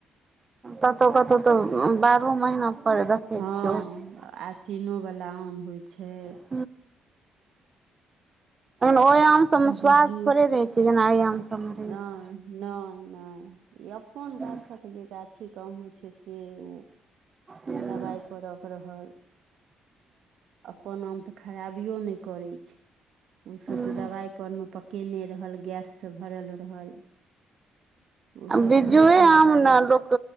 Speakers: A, on the right; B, on the right.
A: कतहु कतहु तऽ बारहो महीना पर देखै
B: हँ
A: छियै होइ छै
B: आसिनो वला आम होइ छै
A: <unintelligible> ओहि आम सब मऽ स्वाद
B: बिज्जू
A: थोड़े रहे छै जेना अइ आम सब मे रहे
B: नहि
A: छै
B: नहि नहि ई अपन गाछक
A: हूँ
B: जे गाछी क आम होइ छै से ओ
A: हूँ
B: दबाई परक रहल अपन आम तऽ खराबियो नहि करै छै उ सब तऽ
A: हूँ
B: दबाई पकने रहल गैससँ भरल रहल ओसभ
A: बिज्जुए
B: थोड़े कोनो
A: आम
B: काज
A: ने लोक